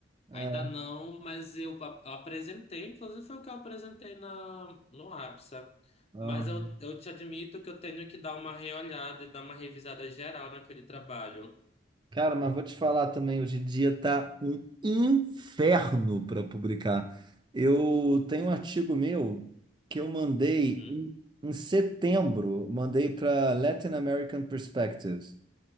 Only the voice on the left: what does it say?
Ainda não, mas eu ap- eu apresentei, inclusive foi o que eu apresentei na, no APSA.
Mas eu, eu te admito que eu tenho que dar uma reolhada e dar uma revisada geral naquele trabalho.
Uhum.